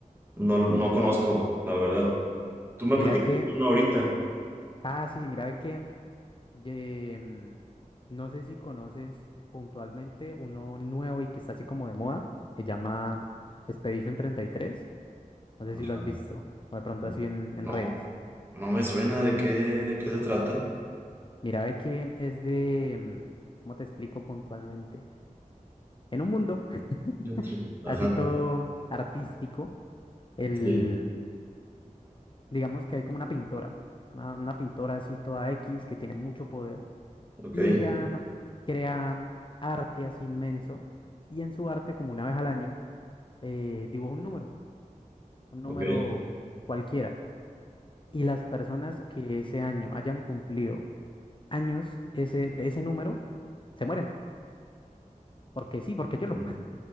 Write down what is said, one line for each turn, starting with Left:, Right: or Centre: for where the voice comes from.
Right: no, no conozco, la verdad. Tú me
Left: Mira
Right: platicaste
Left: que,
Right: uno ahorita.
Left: ah, sí, mira que, eh, mm, no sé si conoces eh, puntualmente uno nuevo y que está así como de moda, se llama Expedition treinta y tres no
Right: Ajá.
Left: sé si lo has visto o de pronto
Right: N-
Left: así en,
Right: No,
Left: en redes.
Right: no me suena de qué, de qué se trata.
Left: Mira, ve que es de, mm, ¿cómo te explico puntualmente? En un mundo <laughs>
Right: Entre- Ajá.
Left: así todo artístico, el,
Right: Sí.
Left: digamos que hay como una pintora, una, una pintora así toda X que tiene mucho poder
Right: Ok.
Left: y ella crea arte así inmenso y en su arte como una vez al año eh, dibuja un número, un número
Right: Ok.
Left: cualquiera y las personas que ese año hayan cumplido años ese, de ese número se mueren, porque sí, porque yo lo.
Right: Ok.